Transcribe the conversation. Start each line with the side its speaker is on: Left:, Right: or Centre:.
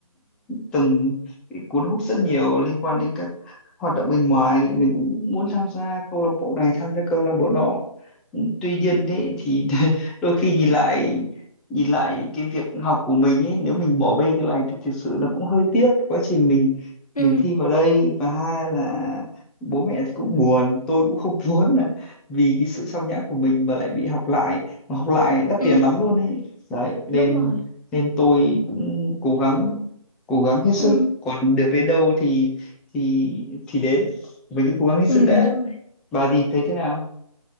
Centre: từng bị cuốn hút rất nhiều liên quan đến các hoạt động bên ngoài mình cũng muốn tham gia câu lạc bộ này tham gia câu lạc bộ nọ tuy nhiên đấy thì <laughs> đôi khi nhìn lại nhìn lại cái việc học của mình ấy nếu mình bỏ bê cái này thì thực sự nó cũng hơi tiếc quá trình mình
Left: Ừ.
Centre: mình thi vào đây và hai là bố mẹ thì cũng buồn tôi cũng không <laughs> muốn là vì cái sự sao nhãng của mình mà lại bị học lại mà học lại đắt
Left: Ừ.
Centre: tiền lắm luôn ấy đấy nên
Left: Đúng rồi.
Centre: nên tôi cũng cố gắng cố gắng hết sức
Left: Ừ.
Centre: còn được đến đâu thì thì thì đến mình cứ cố gắng hết
Left: Ừ.
Centre: sức đã
Left: Đúng rồi.
Centre: bà gì thấy thế nào